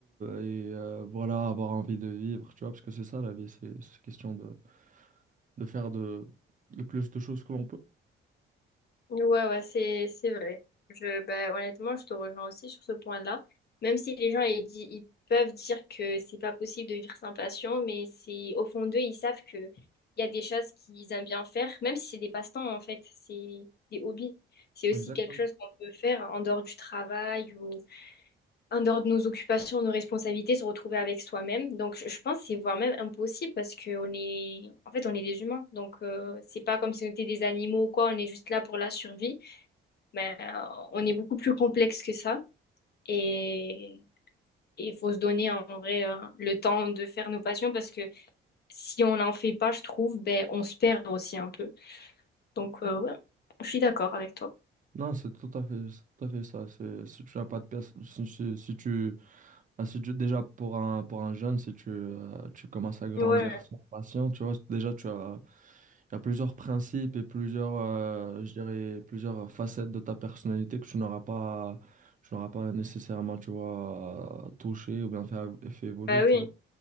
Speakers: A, on the right; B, on the left.
A: et euh, voilà, avoir envie de vivre, tu vois, parce que c'est ça la vie, c'est c'est question de, de faire de, le plus de choses que l'on peut.
B: Ouais, ouais, c'est c'est vrai. Je, ben, honnêtement, je te rejoins aussi sur ce point-là. Même si les gens ils, di- ils peuvent dire que c'est pas possible de vivre sans passion, mais c'est au fond d'eux, ils savent que il y a des choses qu'ils aiment bien faire, même si c'est des passe-temps en fait, c'est des hobbies. C'est aussi
A: Exactement.
B: quelque chose qu'on peut faire en dehors du travail ou en dehors de nos occupations, nos responsabilités, se retrouver avec soi-même. Donc, je je pense que c'est voire même impossible parce que on est, en fait, on est des humains. Donc, euh, c'est pas comme si on était des animaux ou quoi. On est juste là pour la survie. Mais euh, on est beaucoup plus complexe que ça. Et et il faut se donner en vrai euh, le temps de faire nos passions parce que si on n'en fait pas, je trouve, ben on se perd aussi un peu. Donc, euh, ouais, je suis d'accord avec toi.
A: Non, c'est tout à fait, c'est tout à fait ça. C'est, si tu n'as pas de pièce, si, si- si tu, ah, si tu- déjà pour un, pour un jeune, si tu, euh, tu commences à grandir
B: Ouais.
A: sans patience, tu vois, déjà tu as, il y a plusieurs principes et plusieurs, euh, je dirais, plusieurs facettes de ta personnalité que tu n'auras pas, tu n'auras pas nécessairement, tu vois, touché ou bien fait, fait évoluer,
B: Bah
A: tu
B: oui,
A: vois.